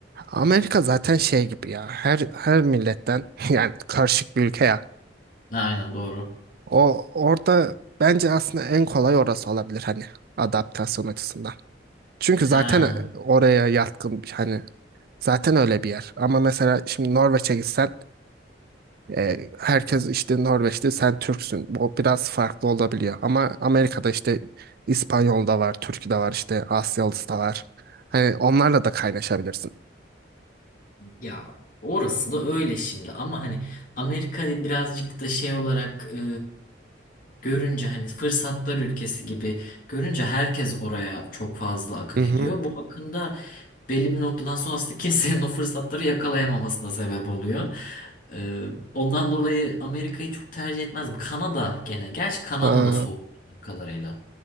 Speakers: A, on the right; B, on the left.
A: Amerika zaten şey gibi ya her her milletten <laughs> yani karışık bir ülke ya.
B: Aynen doğru.
A: O orada bence aslında en kolay orası olabilir hani adaptasyon açısından. Çünkü zaten
B: Ha.
A: e, oraya yatkın bir- hani zaten öyle bir yer. Ama mesela şimdi Norveç'e gitsen e, herkes işte Norveç'te sen Türksün. O biraz farklı olabiliyor. Ama Amerika'da işte İspanyol da var, Türk de var işte Asyalısı da var. Hani onlarla da kaynaşabilirsin.
B: Ya orası da öyle şimdi ama hani Amerika'yı birazcık da şey olarak e, görünce hani fırsatlar ülkesi gibi görünce herkes oraya çok fazla akın
A: Hı
B: ediyor. Bu akında belli bir noktadan sonra aslında <laughs> kimsenin o fırsatları yakalayamamasına sebep oluyor. E, ondan dolayı Amerika'yı çok tercih etmez. Kanada gene. Gerçi Kanada
A: hı.
B: da soğuk bildiğim kadarıyla.